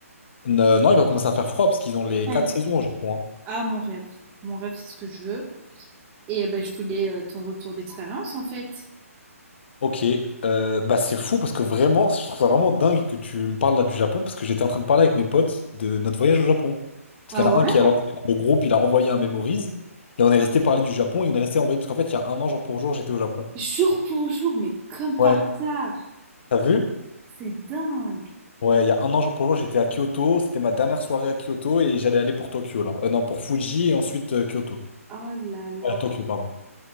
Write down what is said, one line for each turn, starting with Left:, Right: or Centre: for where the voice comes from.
Left: Ne- non, il va commencer à faire froid parce qu'ils ont les
Right: Rêve.
Left: 4 saisons au Japon. hein.
Right: Ah, mon rêve. Mon rêve, c'est ce que je veux. Et eh ben, je voulais euh, ton retour d'expérience, en fait.
Left: Ok, euh, bah c'est fou parce que vraiment, je trouve ça vraiment dingue que tu me parles là du Japon parce que j'étais en train de parler avec mes potes de notre voyage au Japon. Parce
Right: Ah
Left: qu'il y
Right: ouais?
Left: en a un qui a lancé dans le groupe, il a envoyé un Memories et on est resté parler du Japon et on est resté envoyé parce qu'en fait, il y a un an jour pour jour, j'étais au Japon.
Right: Jour pour jour, mais comme par
Left: Ouais,
Right: hasard.
Left: t'as vu?
Right: C'est dingue.
Left: Ouais, il y a un an jour pour jour, j'étais à Kyoto, c'était ma dernière soirée à Kyoto et j'allais aller pour Tokyo là. Euh, non, pour Fuji et ensuite euh, Kyoto.
Right: Oh là là,
Left: Euh, Tokyo, pardon.